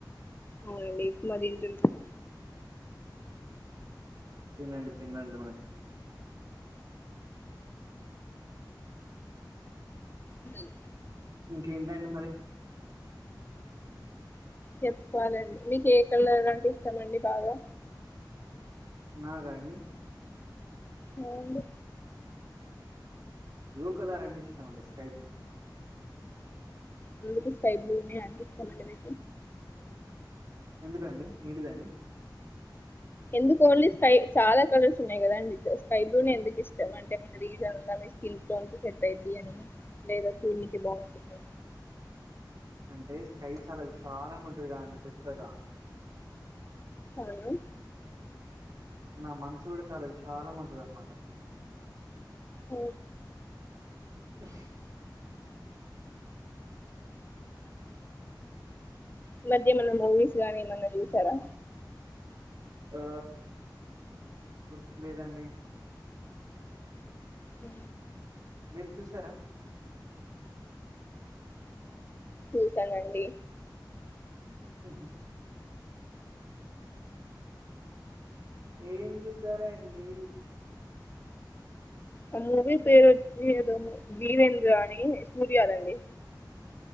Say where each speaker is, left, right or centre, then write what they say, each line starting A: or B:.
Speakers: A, on the left; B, on the right.
A: అవునండిప్పు మరి తింటాను
B: తినండి తినండి మరి
A: అయి
B: ఇంకేంటండి మరి
A: చెప్పులండి మీకు ఏ కలర్ అంటే ఇస్టామండి బాగా
B: నాకా అండి
A: అవునండి
B: బ్లూ కలర్ అంటే ఇష్టమండి స్కై బ్లూ
A: బ్లూ కి స్కై బ్లూనే ఎందుకు ఇష్టమని
B: ఎందుకండి ఏంటిదండి
A: ఎందుకు ఓన్లీ స్కై చాలా కలర్స్ ఉన్నాయి కదాండి ఇ స్కై బ్లూ నే ఎందుకు ఇష్టం అంటే ఏమిటి మీకు రీసన్ ఉందా లైక్ స్కిన్ టోన్ కి సెట్ అయిద్ది అని లేకపోతే చూడనీకి బాగుంటుంది అని
B: అంటే స్కై చాలా విశాలంగా ఉంటుంది కదండి పెద్దగా
A: అవును
B: నా మనసు కూడా చాలా విశాలంగా ఉంటంది అనమాట
A: ఓ
B: ఆ
A: ఈ మధ్య ఏమన్నా మూవీస్ గానీ ఏమన్నా చూసారా
B: ఆ గుర్తుకు లేదండి
A: అ
B: మీరు చూసారా
A: చూసానండి
B: హహ ఏం చూసారండి
A: ఆ మూవీ పేరు వచ్చి ఏదో వీరేంద్ర అని సూర్యా దండి